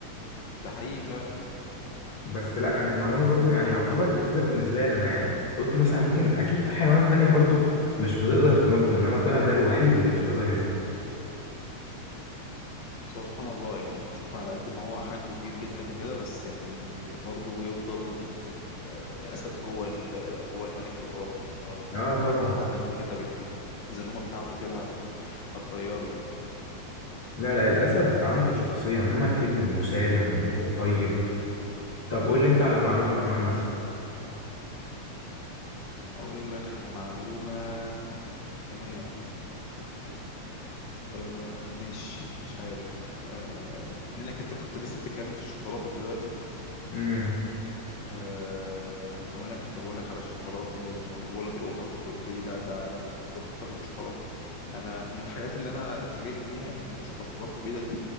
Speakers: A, on the left; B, on the left.
A: ده حقيقي فعلا
B: بس لا كانت معلومه برضو يعني يعتبر جديده بالنسبه لي انا يعني قلت مثلا ممكن اكيد في حيوانات تانية برضو مش بتقدر تنط انما طلع ده الوحيد اللي مش بيقدر ينط
A: بس هو سبحان الله يعني شوف على قد ما هو حجمه كبير جدا وكده بس يعني برضه يفضل ال ال الأسد هو ال هو الملك الغابة يعني رغم إن
B: اه
A: هو ممكن
B: طبعا
A: لو هبده كده بالفيل الزلومة بتاعته كده هت- هتطيره يعني
B: لا لا الاسد عنده شخصيه انما الفيل مسالم و- وطيب طب قول لي انت على معلومه كمان مثلا
A: أقول لك على معلومة كمان آه ماشي مش عارف آه منك أنت كنت لسه بتتكلم في الشوكولاتة دلوقتي
B: امم
A: آه، وانا كنت بقول لك على الشوكولاته آه، لما كنت بقول لك القطط وقلت لي لا ده أنا القطه بتاكل الشوكولاته انا من الحاجات اللي انا اتفاجئت بيها ان الشوكولاته البيضاء دي